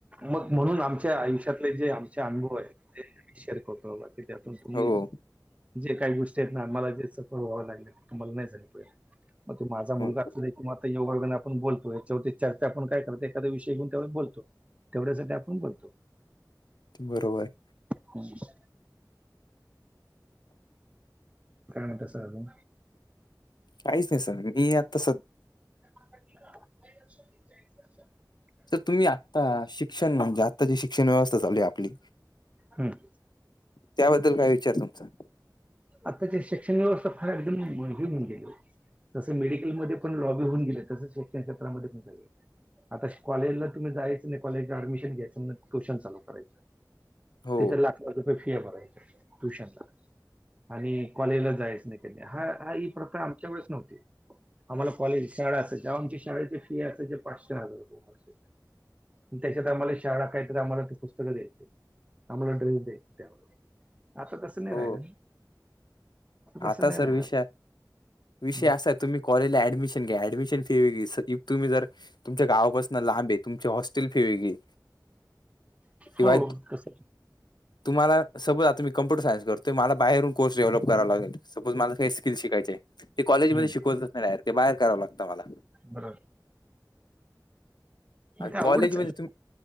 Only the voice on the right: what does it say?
मग म्हणून आमच्या आयुष्यातले जे आमचे अनुभव आहेत शेअर करतो बाबा, की त्यातून तुम्ही
जे काही गोष्टी आहेत, ना मला जे व्हावं लागलं तुम्हाला नाही झाले. मग तो माझा मुलगा
असू दे, तु आता योगयोगाने आपण बोलतो याच्यावरती चर्चा आपण काय करतो. एखाद विषय घेऊन तेवढ बोलतो, तेवढ्यासाठी आपण बोलतो.
हम् <unintelligible> काय आणि आता सांगू?
चाळीस वर्ष <unintelligible>
हम्म.
आताची शिक्षणव्यवस्था फार एकदम हि होऊन गेलीय. जसे मेडिकलमध्ये पण लॉबी होऊ गेले, तसे शिक्षण क्षेत्रामध्ये पण झालीय. आताशी कॉलेजला तुम्ही जायचं नाही कॉलेजला अडमिशन घ्यायचं ना ट्युशन चालू करायचं.
ति तर लाख लाख रुपये फी आहे भरायच ट्युशनला. आणि कॉलेजला जायच नाही, हा हा ही प्रथा आमच्या वेळेच नव्हती‌. आम्हाला कॉलेज शाळा असायची तवा शाळेची फी असा ज पाचशे हजार रुपये वर्षा- त्याच्यात आम्हाला शाळा काही तर आम्हाला ते पुस्तकं द्यायचे. आम्हाला ड्रिंक द्यायची त्या वेळी, आता तस नाही
राहिलं ना. तसं
नाही
राहिलं
हम्म.
हो तसं
हम्म.
बर मग ते अवघडच
आहे,